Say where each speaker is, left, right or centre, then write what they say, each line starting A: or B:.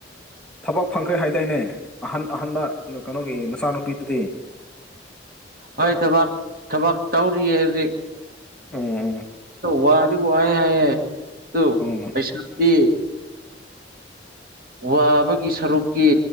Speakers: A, in the centre; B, on the right.
A: ꯊꯕꯛ ꯐꯪꯈ꯭ꯔꯦ ꯍꯥꯏꯗꯥꯏꯅꯦ ꯑꯍꯟ ꯑꯍꯟꯥꯟꯕ ꯀꯩꯅꯣꯒꯤ ꯃꯆꯥꯅꯨꯄꯤꯗꯨꯗꯤ
B: ꯍꯣꯏ ꯊꯕꯛ ꯊꯕꯛ ꯇꯧꯔꯤꯌꯦ ꯍꯧꯖꯤꯛ
A: ꯎꯝ ꯎꯝ
B: ꯋꯥꯗꯤ ꯋꯥꯑꯦ ꯍꯥꯏ ꯑꯗꯨ
A: ꯎꯝ
B: ꯄꯩꯁꯥꯗꯤ ꯋꯥꯕꯒꯤ ꯁꯔꯨꯛꯀꯤ